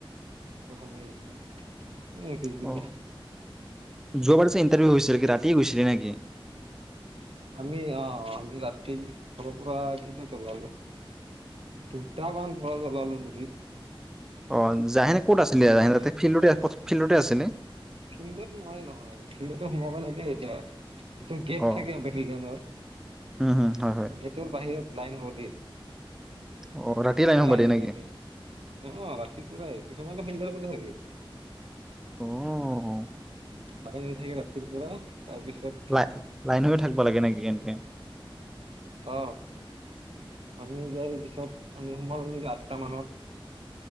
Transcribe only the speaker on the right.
আৰু সময় দেখোন। এইতিক
দিব।
আমি অ, আমি ৰাতি ঘৰৰ পৰা কেইটা ওলালোঁ। দুটামান বা জ্বলালো নেকি।
ঘৰৰ
পৰা ওলাইছো
ফিল্ডত মই নহয়, ফিল্ডটো সোমাবা নিদিয়ে এতিয়া। যিটো গেট
থাকে, অহ বেটেলীয়ানৰ,
গেটৰ বাহিৰত। লাইন হ দি।
ৰাতি
লাইন
হিয়েটি, অ ৰাত। প পৰাই কিছুমান ত শুইণ্ড ৰূপ গহ নেকি।
উ <unintelligible> পাইনিকি ৰাতিৰ পৰা, তাৰপিছত।
অ আমি যাই পিছত, আমি সোমালো নেকি আঠটা মানত।